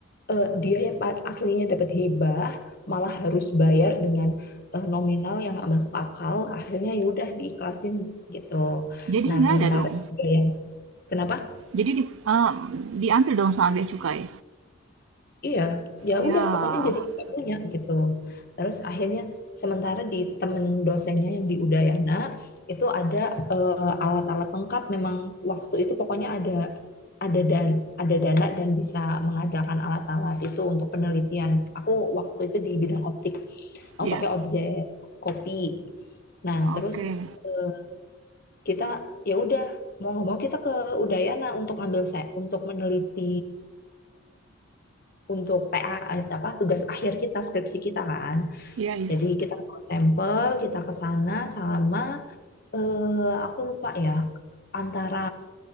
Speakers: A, on the left; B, on the right.
A: eh, dia ya pa- aslinya dapat hibah malah harus bayar dengan eh, nominal yang nggak masuk akal akhirnya ya udah diikhlasin gitu
B: Jadi
A: nah
B: nggak
A: sementara
B: ada dong.
A: hibah yang kenapa
B: Jadi di, em, diambil dong sama bea cukai.
A: Iya, ya
B: Ya,
A: udah pokoknya jadi nggak punya gitu. Terus akhirnya sementara di temen dosennya yang di Udayana itu ada eh, alat-alat lengkap. Memang waktu itu pokoknya ada ada dan ada dana dan bisa mengadakan alat-alat itu untuk penelitian. Aku waktu itu di bidang optik. Aku
B: iya.
A: pakai objek kopi. Nah, terus
B: Oke.
A: eh, kita ya udah mau nggak mau kita ke Udayana untuk ngambil se- untuk meneliti untuk TA eh, apa tugas akhir kita skripsi kita kan.
B: Iya, iya.
A: Jadi kita bawa sampel, kita ke sana selama eh, aku lupa ya antara